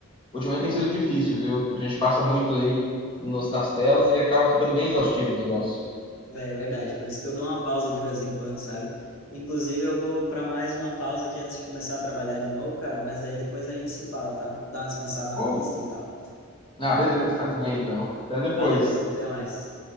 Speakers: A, on the left; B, on the left.
A: ultimamente tem sido difícil, viu? A gente passa
B: uhum.
A: muito aí nos- nas telas e acaba ficando bem exaustivo o negócio.
B: É, é verdade, por isso que eu dou uma pausa de vez em quando, sabe? Inclusive, eu vou para mais uma pausa aqui antes de começar a trabalhar de novo, cara, mas daí depois a gente se fala, tá? Vou dar uma descansada na
A: Pô,
B: vista e tal.
A: ah, beleza, faz bem então. Até depois.
B: Valeu, até mais.